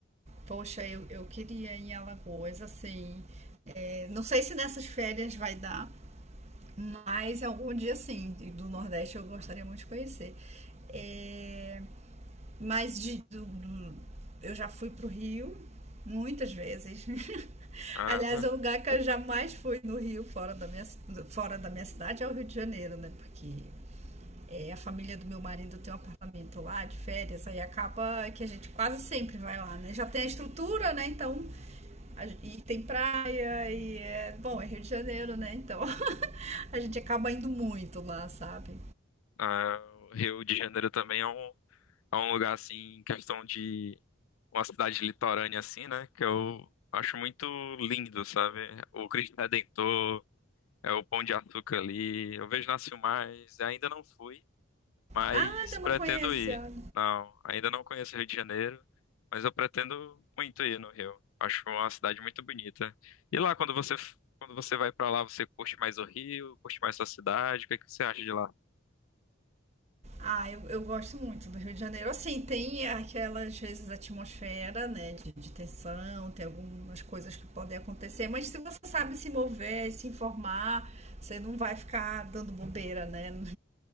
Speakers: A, on the right; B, on the left.
A: Poxa, eu, eu queria ir em Alagoas, assim. é, não sei se nessas férias vai dar, mas algum dia sim, do Nordeste eu gostaria muito de conhecer. É, mas de, do, do- eu já fui pro Rio muitas vezes. <laughs>
B: Caramba.
A: Aliás, é o lugar que eu jamais fui no Rio, fora da minha, fora da minha cidade, é o Rio de Janeiro, né? Porque é, a família do meu marido tem um apartamento lá de férias, aí acaba que a gente quase sempre vai lá, né? Já tem a estrutura, né? Então, a e tem praia, e é. Bom, é Rio de Janeiro, né? Então, <laughs> a gente acaba indo muito lá, sabe?
B: Ah, o Rio de Janeiro também é um, é um lugar assim, em questão de uma cidade litorânea assim, né? Que eu acho muito lindo, sabe? O Cristo Redentor. É o Pão de Açúcar ali. Eu vejo nasceu mais. Ainda não fui, mas
A: Ah, ainda
B: pretendo
A: não conhece,
B: ir.
A: ah,
B: Não, ainda não conheço o Rio de Janeiro, mas eu pretendo muito ir no Rio. Acho uma cidade muito bonita. E lá, quando você quando você vai pra lá, você curte mais o Rio, curte mais sua cidade? O que é que você acha de lá?
A: Ah, eu, eu gosto muito do Rio de Janeiro. Assim, tem aquelas, às vezes, atmosfera, né, de, de tensão, tem algumas coisas que podem acontecer, mas se você sabe se mover, se informar, você não vai ficar dando bobeira, né? <laughs>